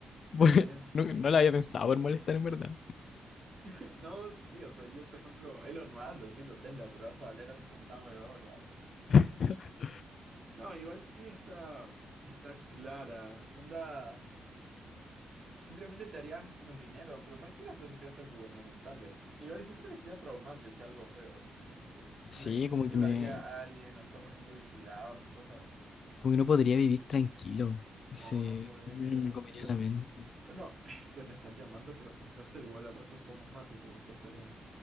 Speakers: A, on the left (about 55°); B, on the right (about 40°).
A: Bueno,
B: ¿Qué?
A: no, no la había pensado por molestar en verdad.
B: <laughs> No, sí, o sea, yo por ejemplo, Elon Musk, lo siento Tesla, pero vas a valer a un centavo de dólar.
A: <laughs>
B: No, igual sí está, está clara. Onda. Simplemente te harías con dinero, pero ¿para qué eras los secretos gubernamentales? Igual yo creo que sería traumante, sea algo feo, tipo como que no
A: Sí,
B: existe
A: como que
B: la
A: me,
B: vida a alguien o estamos siendo vigilados o cosas así.
A: como que no podría vivir tranquilo.
B: No,
A: Se
B: no podrías
A: me
B: vivir tranquilo.
A: me comería la mente.
B: Bueno, <laughs> <sighs> este me están llamando, pero fue un placer. Igual al rato jugamos más y te comportaría.